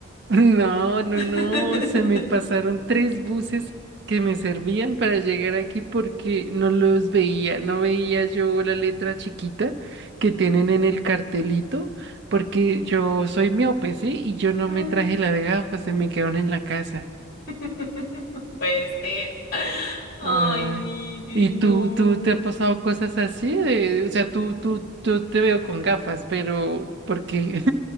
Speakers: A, on the right (about 55°); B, on the left (about 45°).
A: No, no,
B: <laughs>
A: no, se me pasaron tres buses que me servían para llegar aquí porque no los veía, no veía yo la letra chiquita que tienen en el cartelito, porque yo soy miope, ¿sí? Y yo no
B: Mm.
A: me traje las gafas, se me quedaron en la casa.
B: <laughs> No puede ser. Ay,
A: Ay.
B: Miguel,
A: ¿Y tú,
B: no.
A: tú te ha pasado cosas así? De, o sea, tú, tú, yo te veo con gafas, pero ¿por qué?